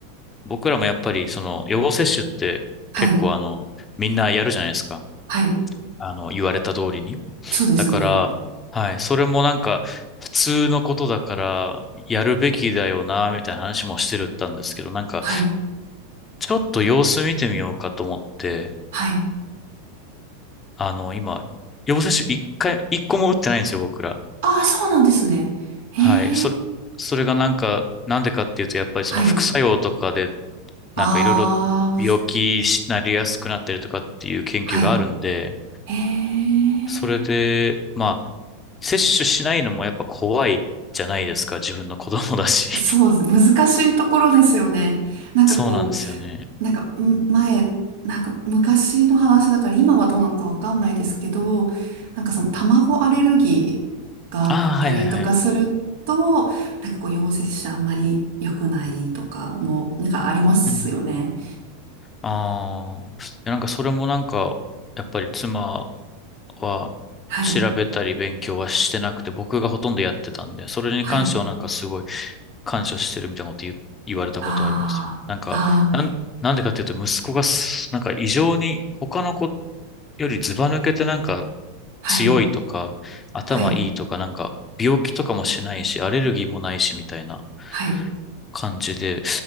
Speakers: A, on the left; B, on the right.
A: 僕らもやっぱりその予防接種って結構あの、
B: はい。
A: みんなやるじゃないですか。
B: はい。
A: あの、言われた通りに。
B: そうですね。
A: だから、はい、それもなんか、普通のことだから、やるべきだよな、みたいな話もしてるったんですけど、なんか、
B: はい。
A: ちょっと様子見てみようかと思って、
B: はい。
A: あの、今、予防接種一回、一個も打ってないんですよ、僕ら。
B: ああ、そうなんですね。へえ。
A: はい、それ、それがなんか、なんでかっていうと、やっぱりその副作用とかで、
B: はい。ああ、
A: なんかいろいろ病気になりやすくなったりとかっていう研究があるんで、
B: はい。へえ。
A: それで、まあ、接種しないのもやっぱ怖いじゃないですか、自分の子供だし。
B: そうです、難しいところですよね。なんかこ
A: そうなんですよね。
B: う、なんか、ん前、なんか昔の話だから今はどうなのかわかんないですけど、なんかその卵アレルギーがあったりとかすると、
A: ああ、はいはいはい。
B: なんかこう陽性者あんまり良くないとかも、なんかありますよね。
A: うん。ああ。いやなんかそれもなんか、やっぱり妻は調べたり勉強はしてなくて、
B: はい、
A: 僕がほとんどやってたんで、それに関してはなんかすごい
B: はい、
A: 感謝してるみたいなこと言う、言われたことありますよね。
B: ああ、
A: なんか、
B: ああ、
A: なん、なんでかっていうと息子がすなんか異常に他の子よりずば抜けてなんか
B: はい、
A: 強いとか、頭いいとか、
B: はい、
A: なんか病気とかもしないし、アレルギーもないしみたいな。
B: はい。
A: 感じで、